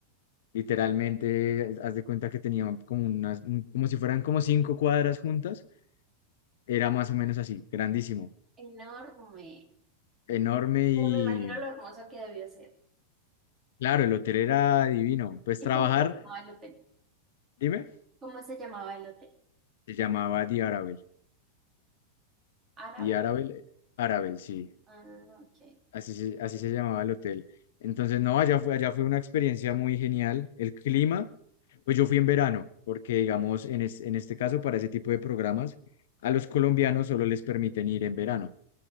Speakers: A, on the left; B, on the right.
A: literalmente, haz de cuenta que tenía como unas, como si fueran como cinco cuadras juntas, era más o menos así, grandísimo.
B: Enorme.
A: enorme y
B: Pero me imagino lo hermoso que debió ser.
A: claro, el hotel era divino. Pues
B: ¿Y
A: trabajar,
B: cómo se llamaba el hotel?
A: dime,
B: ¿Cómo se llamaba el hotel?
A: se llamaba The Arabel.
B: ¿Árabe?
A: The Arabel, eh, Arabel, sí,
B: Ah, ok.
A: así se, así se llamaba el hotel. Entonces, no, allá fue, allá fue una experiencia muy genial. El clima, pues yo fui en verano, porque digamos, en, es- en este caso, para ese tipo de programas, a los colombianos solo les permiten ir en verano.